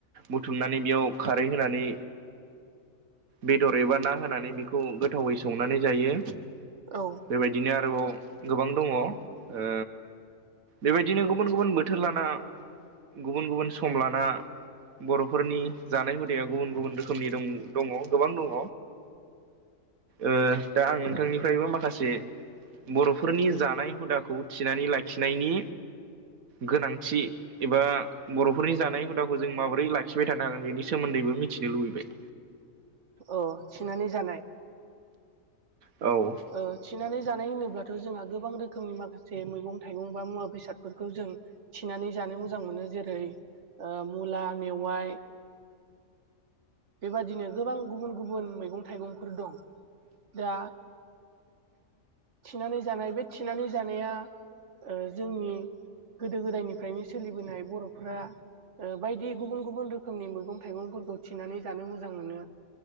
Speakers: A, on the right; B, on the right.
A: बुथुमनानै बेयाव खारै होनानै बेदर एबा ना होनानै बेखौ गोथावै संनानै जायो।
B: औ।
A: बेबायदिनो आरोबाव गोबां दङ। ओ बेबायदिनो गुबुन गुबुन बोथोर लाना गुबुन गुबुन सम लाना बर'फोरनि जानाय हुदाया गुबुन गुबुन रोखोमनि दं दङ गोबां दङ। ओ दा आं नोंथांनिफ्रायबो माखासे बर'फोरनि जानाय हुदाखौ थिनानै लाखिनायनि गोनांथि एबा बर'फोरनि जानाय हुदा खौ जों माबोरै लाखिबाय थानो हागोन बेनि सोमोन्दैबो मिथिनो लुबैबाय।
B: अ थिनानै जानाय।
A: औ।
B: ओ थिनानै जानाय होनोब्लाथ' जोंहा गोबां रोखोमनि माखासे मैगं थाइगं बा मुवा बेसादफोरखौ जों थिनानै जानो मोजां मोनो। जेरै ओ मुला, मेवाइ बेबादिनो गोबां गुबुन गुबुन मैगं थाइगंफोर दं। दा थिनानै जानाय बे थिनानै जानाया ओ जोंनि गोदो गोदायनिफ्रायनो सोलिबोनाय बर'फोरा ओ बायदि गुबुन गुबुन रोखोमनि मैगं थाइगंफोर खौ थिनानै जानो मोजां मोनो।